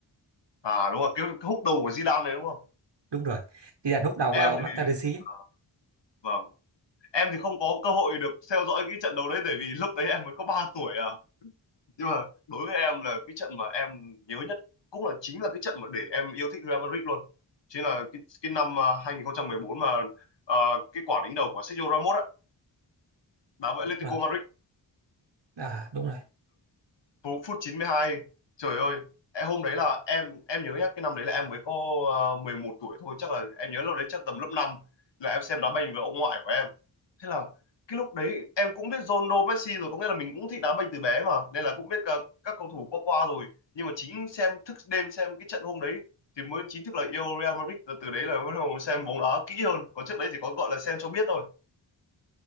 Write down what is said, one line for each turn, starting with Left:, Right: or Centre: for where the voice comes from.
Left: À đúng rồi, cái, cái húc đầu của Zidane đấy đúng không?
Right: đúng rồi Zidane hút đầu
Left: Em
Right: vào
Left: thì
Right: Materazzi á.
Left: à, vâng, em thì không có cơ hội được theo dõi cái trận đấu đấy tại vì lúc đấy em mới có 3 tuổi à. nhưng mà đối với em là cái trận mà em nhớ nhất cũng là chính là cái trận mà để em yêu thích Real Madrid luôn chính là cái, cái năm à, 2014 mà à, cái quả đánh đầu của Sergio Ramos á đá với
Right: đúng
Left: Atletico
Right: rồi
Left: Madrid
Right: à, đúng rồi
Left: Phú- phút 92 trời ơi em hôm đấy là em em nhớ nhá cái năm đấy là em mới có ờ, 11 tuổi thôi chắc là em nhớ lúc đấy chắc tầm lớp năm là em xem đá banh với ông ngoại của em thế là cái lúc đấy em cũng biết Ronaldo Messi rồi có nghĩa là mình cũng thích đá banh từ bé mà nên là cũng biết cả các cầu thủ qua qua rồi nhưng mà chính xem thức đêm xem cái trận hôm đấy thì mới chính thức là yêu Real Madrid từ từ đấy là bắt đầu xem bóng đá kỹ hơn còn trước đấy chỉ có gọi là xem cho biết thôi